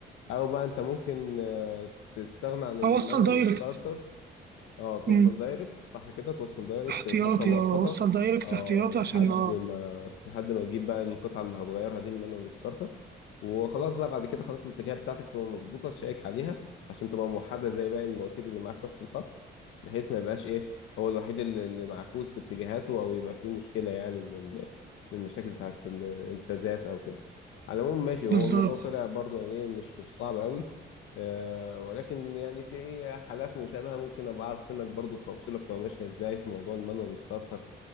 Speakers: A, on the left; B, on the right.
A: او بقى انت ممكن آه، تستغنى عن المانوال
B: اوصل دايركت
A: ستارتر اه توصل
B: مم.
A: دايركت صح كده توصل دايركت
B: احتياطي
A: فترة مؤقتة
B: اه اوصل دايركت
A: اه
B: احتياطي
A: لحد
B: عشان اه
A: ما لحد ما تجيب بقى القطعة اللي هتغيرها دي المانوال ستارتر وخلاص بقى بعد كده خلاص الاتجاهات بتاعتك تبقى مظبوطة تشيك عليها عشان تبقى موحدة زي باقي المواتير اللي معاه في نفس الخط بحيث ما يبقاش ايه هو الوحيد اللي اللي معكوس في اتجاهاته او يبقى فيه مشكلة يعني من ال- من المشاكل بتاعت ال- الفازات او كده على العموم ماشي هو
B: بالظبط
A: الموضوع طلع برضه يعني إيه، مش مش صعب قوي آه، ولكن يعني في حالات مشابهة ممكن أبقى أعرف منك برضو التوصيلة بتبقى ماشية إزاي في موضوع المانوال ستارت أب